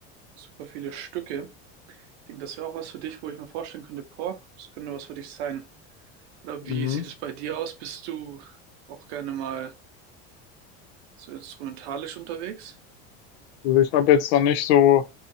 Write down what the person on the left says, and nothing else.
Mhm.
Also ich habe jetzt noch nicht so,